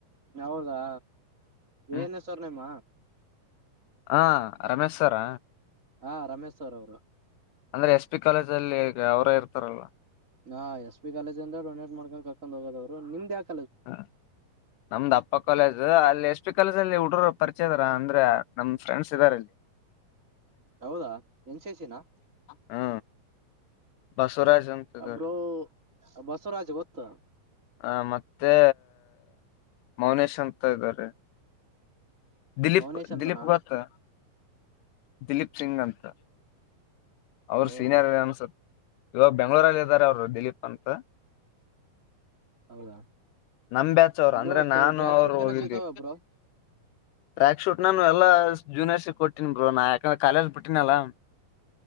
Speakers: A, on the right; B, on the left.
A: ಹೌದಾ
B: ಹ್ಮ್
A: ಏನ್ ಹೆಸರ್ ನಿಮ್ಮ
B: ಹಾ ರಮೇಶ್ ಸರ್
A: ಹಾ ರಮೇಶ್ ಅವರ ಅವರು
B: ಅಂದ್ರೆ ಎಸ್ ಪಿ ಕಾಲೇಜ್ ಅಲ್ಲಿ ಅವರೇ ಇರ್ತಾರಲ್ಲ
A: ಹಾ ಎಸ್ ಪಿ ಕಾಲೇಜ್ಂದ ಡನೇಟ್ ಮಾಡ್ಕೊಂಡ್ ಕಕೊಂಡ್ ಹೋಗದವರು ನಿಮ್ದ ಯಾಕ
B: ಹ ನಮ್ದ ಅಪ್ಪ ಕಾಲೇಜ್ ಅಲ್ಲಿ ಎಸ್ ಪಿ ಕಾಲೇಜ ಅಲ್ಲಿ ಹುಡುಗರು ಪರಿಚಯದಾರ ಅಂದ್ರೆ ನಮ್ ಫ್ರೆಂಡ್ಸ್ ಇದಾರೆಲ್ಲಿ
A: ಹೌದಾ ಎನ್ ಸಿಸಿನ
B: ಹಾ ಬಸ್ ಸ್ವರಾಜ ಅಂತದರ್
A: ಬ್ರೋ ಬಸವರಾಜ್ ಗೊತ್ತು
B: ಹ ಮತ್ತೆ ಮೌನೇಶ್ ಅಂತ ಇದ್ದಾರೆ ದಿಲೀಪ್
A: ಮೌನೇಶ್ ಅಂತನಾ
B: ದಿಲೀಪ್ ಗೊತ್ತಾ ದಿಲೀಪ್ ಸಿಂಗ್ ಅಂತ ಅವರು
A: ಹೌದಾ
B: ಸೀನಿಯರ್ ಅನ್ಸುತ್ತ ಇವಾಗ ಬೆಂಗ್ಳೂರಲ್ಲಿ ಇದಾರೆ ಅವರು ದಿಲೀಪ್ ಅಂತ
A: ಹೌದಾ
B: ನಮಂಬ್ಯಾಚ ಅವರು ಅಂದ್ರೆ
A: ಬ್ರೋ
B: ನಾನು
A: ಟ್ರ್ಯಾಕ್
B: ಅವರು
A: ಶೂಟ್ ಗಿನ
B: ಹೋಗಿದ್ದೀಿ
A: ಸಿಗ್ತಾವ ಬ್ರೋ
B: ಟ್ರ್ಯಾಕ್ ಶೂಟ್ ನಾನು ಎಲ್ಲಾ ಜೂನಿಯರ್ಸಿಟಿ ಕೊಟ್ಟೀನ್ಿ ಬರು ನಾ ಯಾಕಂದ್ರೆ ಕಾಲೇಜ್ ಬಿಟ್ಟನಲ್ಲ